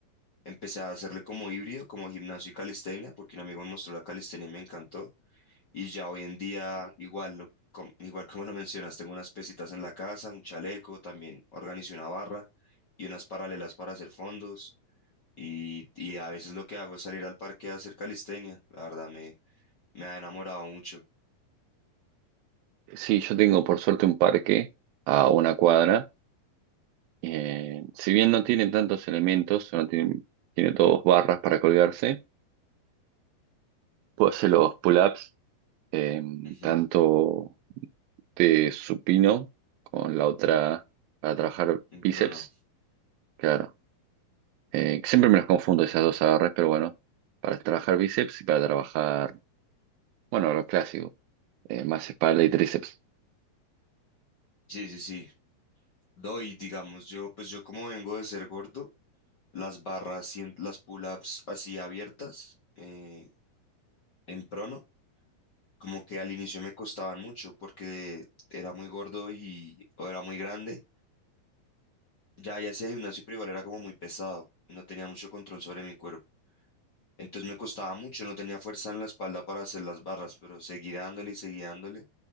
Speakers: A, on the left; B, on the right.
A: Empecé a hacerle como híbrido, como gimnasio y calistenia, porque un amigo me mostró la calistenia y me encantó. Y ya hoy en día, igual, lo- com- igual como lo mencionas, tengo unas pesitas en la casa, un chaleco, también organicé una barra y unas paralelas para hacer fondos. Y, y a veces lo que hago es salir al parque a hacer calistenia. La verdad, me, me ha enamorado mucho.
B: Sí, yo tengo por suerte un parque a una cuadra. eh, si bien no tiene tantos elementos, no tiene, tiene todos barras para colgarse. Puedo hacer los pull-ups, eh,
A: Ujú,
B: tanto de supino con la otra para trabajar
A: mm,
B: bíceps,
A: Pero no.
B: claro. Eh, siempre me las confundo esas dos agarres, pero bueno, para trabajar bíceps y para trabajar, bueno, lo clásico, eh, más espalda y tríceps.
A: Sí, sí, sí. No, y digamos, yo, pues yo como vengo de ser gordo, las barras, sien- las pull-ups así abiertas, eh, en prono, como que al inicio me costaban mucho porque era muy gordo y o era muy grande. Ya, ya hacía gimnasio, pero igual era como muy pesado. No tenía mucho control sobre mi cuerpo. Entonces me costaba mucho, no tenía fuerza en la espalda para hacer las barras, pero seguí dándole y seguí dándole.